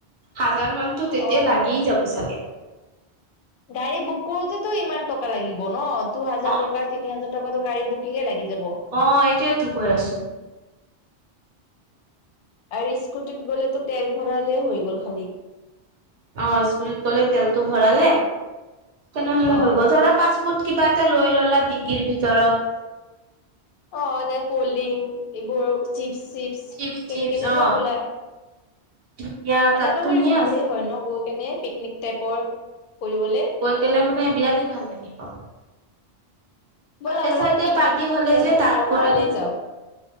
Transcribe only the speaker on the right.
হাজাৰ মানতো তেতিয়া
লাগিই যাব চাগে।
অ
অ', এইটোয়ে তো কৈ আছোঁ।
অ', স্কুটিত গ'লে তেলটো ভৰালে, তেনেহলে
হৈ গল ধৰা পাঁচফুট। কিবা এটা লৈ ল'লা ডিগগিৰ ভিতৰত।
চিপছ চিপছ
অ
ধুনীয়া তাত
ধুনীয়া
আছে।
গেলে মানে বিৰাটেই ভাল লাগে তাত।
বাৰ্থডে-চাৰডে
পাৰ্টি হ'লে
যে তাত
কৰা
নাই।